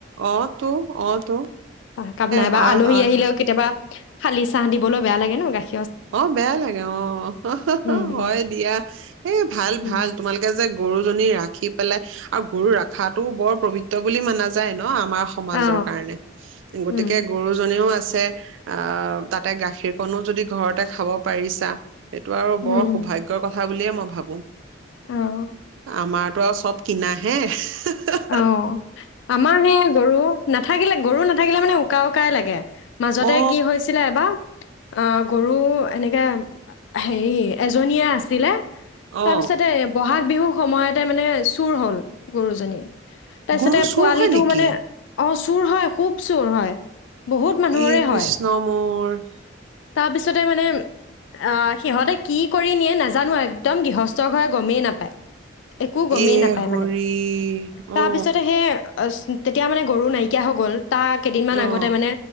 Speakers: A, on the right; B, on the left.
A: অ', তো অ', তো।
B: একাপ নাইবা
A: হয়
B: আলহী
A: হয়
B: আহিলেও
A: হয়।
B: কেতিয়াবা খালি চাহ দিবলৈ বেয়া লাগে ন', গাখ
A: অ', বেয়া লাগে অ', হা হা হা
B: উম
A: হয় দিয়া এই ভাল
B: উম
A: ভাল তোমালোকে যে গৰুজনী ৰাখি পেলাই আৰু গৰু ৰাখাতটো বৰ পৱিত্ৰ বুলি মানা যায় ন? অ', আমাৰ সমাজৰ
B: অ
A: কাৰণে, গতিকে
B: উম
A: গৰুজনীও আছে অ', তাতে গাখীৰকণো যদি ঘৰত তে খাব পাৰিছা। এইটো আৰু
B: উম
A: বৰ
B: উম
A: সৌভাগ্যৰ কথা বুলিয়ে মই ভাবো।
B: অ'।
A: আমাৰতো আৰু চব কিনাহে, হা হা।
B: অ', আমাৰ সেইয়া গৰু নাথাকিলে গৰু নাথাকিলে মানে উকা উকাই লাগে। মাজতে
A: অ
B: কি হৈছিলে এবাৰ, অ', গৰু এনে <inaudible> হেৰি এজনীয়ে আছিলে, তাৰ
A: অ
B: পিছতে বহাগ বিহু সময়তে মানে চোৰ হ'ল গৰু জনী। তাৰপিছতে
A: গৰু চোৰ
B: পোৱালিটো
A: হয় নেকি
B: মানে, অ স্কু চোৰ হয়, খুব চোৰ হয়। বহুত মানুহৰে
A: ই কৃষ্ণ
B: হয়
A: মোৰ। উ
B: তাৰপিছতে মানে, আঁ সিহঁতে কি কৰি নিয়ে নাজানো আৰু একদম গৃহস্থ ঘৰে গমেই নাপায়। একো গমেই
A: ইয়ে
B: নাপায়
A: হৰি
B: মানে তাৰপিছতে
A: অঁ
B: সেই তেতিয়া মানে গৰু নাইকিয়া হৈ গ'ল। তাৰ কেইদিনমান
A: অ
B: আগতে মানে